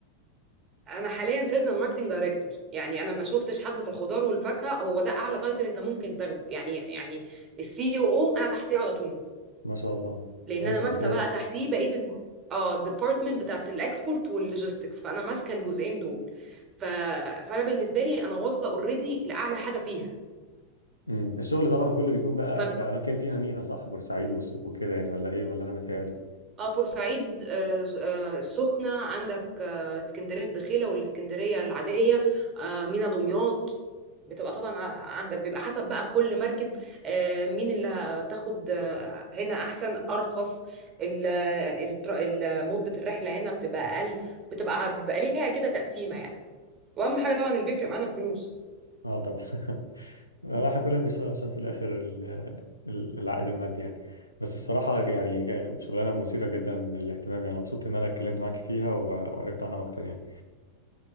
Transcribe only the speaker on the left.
ما شاء الله
كويس
ممتاز
مم. الشغل طبعا كله بيكون بقى
في اماكن فيها مينا صح بورسعيد وس- وكده يعني ولا ايه ولا انا متهيألي
اه طبعا <laughs> لا، احنا كلنا بنشتغل عشان في الاخر ال- ال- العائد المادي يعني بس الصراحه يعني كان شغلانه مثيره جدا للاهتمام يعني مبسوط ان انا اتكلمت معاك فيها و- وعرفت عنها اكتر يعني